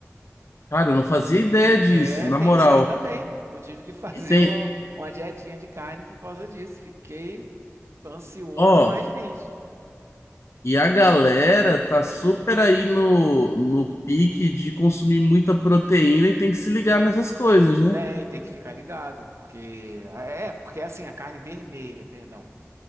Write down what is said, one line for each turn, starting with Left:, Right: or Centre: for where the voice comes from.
Left: Cara, eu não fazia ideia disso,
Right: É,
Left: na
Right: tem
Left: moral.
Right: isso aí também. Eu tive que <laughs> fazer
Left: E tem,
Right: uma, uma dietinha de carne por causa disso. Fiquei ansioso,
Left: ó,
Right: mas fiz.
Left: e a galera tá super aí no, no pique de consumir muita proteína e tem que se ligar nessas coisas, né?
Right: Tem, tem que ficar ligado, porque... É, é, porque é assim, a carne vermelha, perdão.